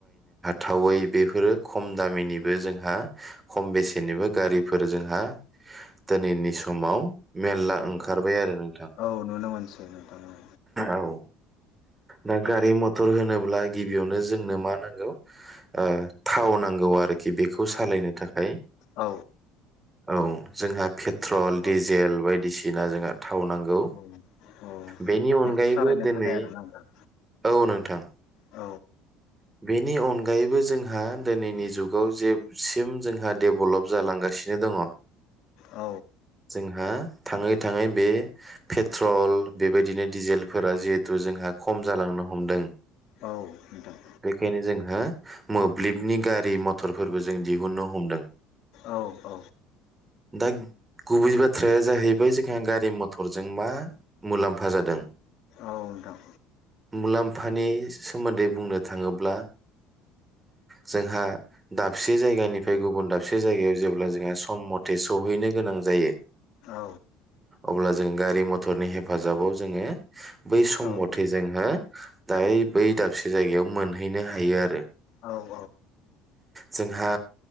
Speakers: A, on the right; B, on the left.
A: थावै बेफोरो खम दामिनिबो जोंहा खम बेसेनिबो गारिफोर जोंहा दिनैनि समाव मेरला ओंखारबाय आरो नों
B: औ नुनो मोनसै नोंथां औ।
A: औ दा गारि मथर होनोब्ला गिबियावनो जोंनो मा नांगौ ओ थाव नांगौ आरोख खि बेखौ सालायनो थाखाय
B: औ
A: औ। जोंहा पेट्रल
B: औ
A: डिजेल बायदिसिना जोंहा थाव नांगौ।
B: औ औ
A: बेनि
B: बेखौ
A: अनगायैबो
B: सालायनो
A: दिनै
B: थाखाय आरोना नोंथां
A: औ नोंथां
B: औ
A: बेनि अन दायोबो जों हा दिनैनि जुगाव जेबसिम जोंहा डेभेलप जालांगासिनो दङ
B: औ
A: जोंहा थाङै थाङै बे पेट्रल बेबायदिनो डिजेलफोरा जिहेथु जोंहा खम जालांनो हमदों
B: औ नोंथां
A: बेखायनो जोंहा मोब्लिबनि गारि मथरफोरबो जों दिहुन्नो हमदों
B: औ औ
A: दा गुबै बाथ्राया जाहैबाय जोंहा गारि मटरजों मा मुलाम्फा जादों
B: औ नोंथां
A: मुलाम्फानि सोमोन्दै बुंनो थाङोब्ला जोंहा दाबसे जायगानिफ्राय गुबुन दाबसे जायगायाव जेब्ला जोंहा सम मथे सहैनो गोनां जायो
B: औ
A: अब्ला जों गारि मथरनि हेफाजाबाव जोङो बै सम
B: नंगौ
A: मथे जोंहा दायो बै दाबसे जायगायाव मोनहैनो हायो आरो।
B: औ औ
A: जोंहा